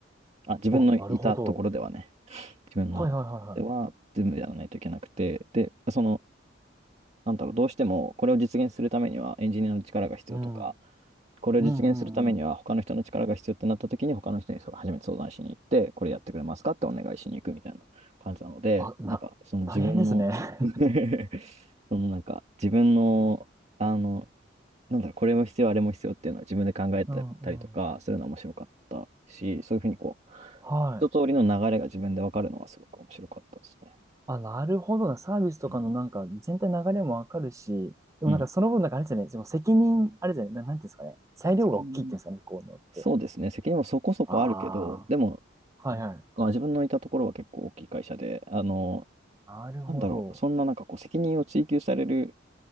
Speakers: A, on the right; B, on the right.
A: あ、自分のいたところではね、
B: お、なるほど。
A: 自分のいたところでは全部やらないといけなくて、
B: はいはいはいは
A: で、その、なんだろう、どうしてもこれを実現するためにはエンジニアの力が必要とか、
B: い。うん。うん
A: これを実現するためには他の人の力が必要ってなった時に他の人にそう初めて相談しに行って、
B: うんうん。
A: これやってくれますかってお願いしに行くみたいな感じなので、
B: あ、な、
A: なんかその自分の
B: 大変ですね。
A: <laughs> そのなんか自分の、あのなんだろう、これも必要、あれも必要っていうのは自分で考えてたりとかするのは面白かったし、
B: <laughs> うんうん。
A: そういうふうにこう、
B: はい。
A: 一通りの流れが自分で分かるのはすごく面白かったですね。
B: あ、なるほどな。サービスとかのなんか全体流れもわかるし、
A: うん。
B: でもなんかその分なんかあれですよね。
A: うん
B: その責任、あれですよね。な、なんていうんですかね。裁量が大きいっていうんですかね、
A: 責任、
B: こういうのって。
A: そうですね、責任もそこそこあるけど、
B: あ
A: でも、
B: あ、はいはい。
A: あ自分のいたところは結構大きい会社で、あの、
B: なるほど。
A: なんだろう、そんななんかこう、責任を追求される